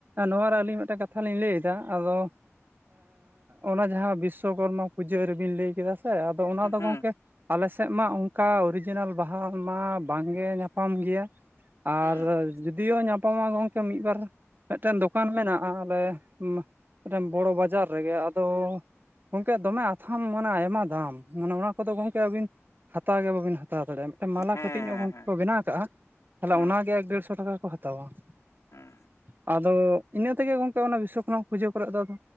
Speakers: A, on the right (about 40°); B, on the left (about 80°).
A: ᱱᱚᱣᱟ ᱨᱮ ᱟᱹᱞᱤᱧ ᱢᱤᱫ ᱴᱮᱱ ᱠᱟᱛᱷᱟ ᱞᱤᱧ ᱞᱟᱹᱭᱮᱫᱟ ᱟᱫᱚ ᱚᱱᱟ ᱡᱟᱦᱟᱸ ᱵᱤᱥᱥᱚᱠᱚᱨᱢᱟ ᱯᱩᱡᱟᱹ ᱨᱮ ᱵᱤᱱ ᱞᱟᱹᱭ ᱠᱮᱫᱟ ᱥᱮ ᱟᱫᱚ ᱚᱱᱟ
B: ᱦᱮᱸ
A: ᱫᱚ
B: ᱦᱩᱸ
A: ᱜᱚᱝᱠᱮ ᱟᱞᱮ ᱥᱮᱫ ᱢᱟ ᱚᱝᱠᱟ ᱚᱨᱤᱡᱤᱱᱟᱞ ᱵᱟᱦᱟ ᱢᱟ ᱵᱟᱝᱜᱮ ᱧᱟᱯᱟᱢ ᱜᱮᱭᱟ ᱾ ᱟᱨ
B: ᱦᱩᱸ
A: ᱡᱩᱫᱤᱭᱳ ᱧᱟᱯᱟᱢᱟ ᱜᱚᱢᱠᱮ ᱢᱤᱫ ᱵᱟᱨ ᱢᱤᱫᱴᱮᱱ ᱫᱚᱠᱟᱱ ᱢᱮᱱᱟᱜᱼᱟ ᱟᱞᱮ ᱢᱤᱫᱴᱮᱱ ᱵᱚᱲᱚ ᱵᱟᱡᱟᱨ ᱨᱮᱜᱮ ᱟᱫᱚ ᱜᱚᱢᱠᱮ ᱫᱚᱢᱮ ᱟᱛᱷᱟᱢ ᱢᱟᱱᱮ ᱟᱭᱢᱟ ᱫᱟᱢ ᱢᱟᱱᱮ ᱚᱱᱟ ᱠᱚᱫᱚ ᱜᱚᱢᱠᱮ ᱟᱹᱵᱤᱱ ᱦᱟᱛᱟᱣ ᱜᱮ ᱵᱟᱹᱵᱤᱱ ᱦᱟᱛᱟᱣ ᱫᱟᱲᱮᱭᱟᱜᱼᱟ ᱾ ᱢᱟᱞᱟ
B: ᱦᱮᱸ
A: ᱠᱟᱹᱴᱤᱡ ᱧᱚᱜ
B: ᱦᱮᱸ
A: ᱜᱚᱝᱠᱮ ᱠᱚ ᱵᱮᱱᱟᱣ ᱠᱟᱜᱼᱟ ᱛᱟᱦᱚᱞᱮ
B: ᱦᱮᱸ
A: ᱚᱱᱟᱜᱮ ᱮᱠ ᱰᱮᱲᱥᱚ ᱴᱟᱠᱟ ᱠᱚ ᱦᱟᱛᱟᱣᱟ
B: ᱦᱮᱸ ᱦᱮᱸ
A: ᱾ ᱟᱫᱚ ᱤᱱᱟᱹ ᱛᱮᱜᱮ ᱜᱚᱝᱠᱮ ᱚᱱᱟ ᱵᱤᱥᱥᱚᱠᱨᱢᱟ ᱯᱩᱡᱟᱹ ᱠᱚᱨᱮᱫ ᱫᱚ ᱟᱫᱚ